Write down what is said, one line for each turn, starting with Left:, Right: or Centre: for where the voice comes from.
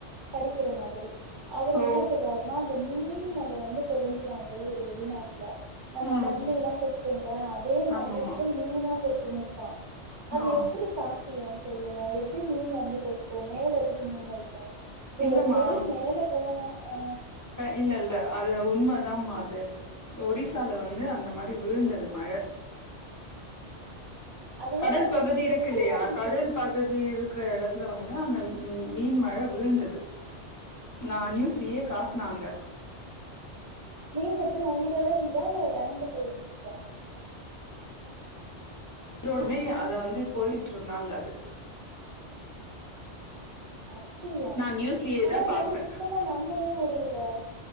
Right: படிக்கிற மாதிரி அவரு
Left: ஓ
Right: என்ன சொல்றாருன்னா அந்த மீன் மழை வந்து பொழிஞ்சுதா ஏதோ ஒரு வெளிநாட்டுல நம்ம
Left: ம்
Right: தண்ணிலா கொட்டும்ல அதே மாதிரி
Left: ஆமாமா
Right: வந்து மீனா கொட்டுனுச்சா அது
Left: ஆ
Right: எப்புடி சாத்திய சொல்லுங்க எப்டி மீன் வந்து கொட்டு மேல எப்டி மீன் இருக்கு இப்ப
Left: இல்லமா
Right: ஒரு பொருள் மேல போனா ஆ
Left: இல்ல இல்ல அது உண்மைதாமா அது ஒரிசால வந்து அந்த மாரி விழுந்தது மழை
Right: அதுதா
Left: கடல்
Right: நா
Left: பகுதி
Right: சொல்றே
Left: இருக்கு
Right: எப்டி
Left: இல்லையா
Right: அந்த
Left: கடல் பகுதி இருக்கிற இடத்துல வந்து அந்த மீன் மழை விழுந்தது நா நீயூ சிலியே காட்னாங்க
Right: மீன் எப்டி உயிரோட இருந்ததா இல்ல இறந்து போயிருந்துச்சா
Left: உயிரோடுமே அத வந்து பொறிக்கிட்டு இருந்தாங்க அது
Right: அப்டியா
Left: நா நியூஸ்லயே
Right: ஆனா
Left: தா
Right: என்னால
Left: பாத்தே
Right: சுத்தமா நம்பவே முடியல